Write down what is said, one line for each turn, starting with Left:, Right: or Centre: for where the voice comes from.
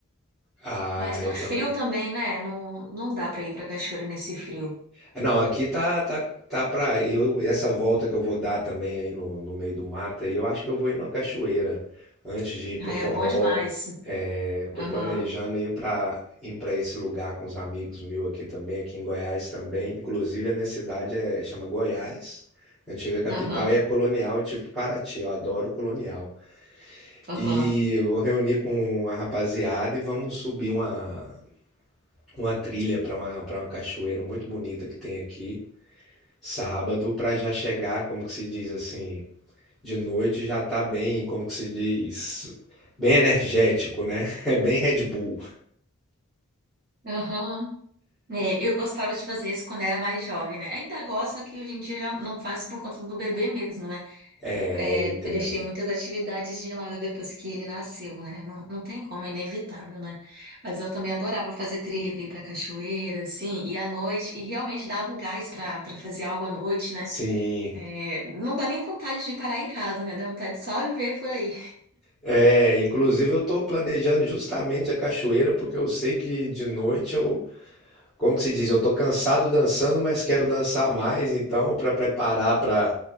Centre: Ah,
Right: Mas tá
Centre: eu também.
Right: frio também, né? Não, não dá para ir para cachoeira nesse frio.
Centre: É, Não, aqui tá tá tá para eu essa volta que eu vou dar também aí no, no meio do mato, aí eu acho que eu vou ir numa cachoeira antes de ir pro
Right: Ai,
Centre: forró.
Right: é bom demais.
Centre: É, eu tô
Right: Aham,
Centre: planejando ir para ir para esse lugar com os amigos meus aqui também, aqui em Goiás também. Inclusive a minha cidade é chama Goiás, antiga capital
Right: aham.
Centre: e é colonial, tipo Paraty. Eu adoro colonial.
Right: Aham,
Centre: E eu vou reunir com a rapaziada e vamos subir uma uma trilha para uma, para uma cachoeira muito bonita que tem aqui. Sábado para já chegar, como que se diz assim, de noite já tá bem, como que se diz, bem energético, né? <laughs> É bem Red Bull.
Right: aham. né eu gostava de fazer isso quando era mais jovem, né? Ainda gosto, só que hoje em dia já não faço por conta do bebê mesmo, né?
Centre: É,
Right: É,
Centre: eu entendo.
Right: eu deixei muitas atividades de lado depois que ele nasceu, né? Não, não tem como, é inevitável, né? Mas eu também adorava fazer trilha pra ir pra cachoeira, assim, e à noite, e realmente dava um gás pra, pra fazer algo à noite, né?
Centre: Sim.
Right: É, não dá nem vontade de parar em casa, né? Dá vontade de só viver por aí.
Centre: É, inclusive eu tô planejando justamente a cachoeira porque eu sei que de noite eu Como que se diz? Eu tô cansado dançando, mas quero dançar mais, então, para preparar para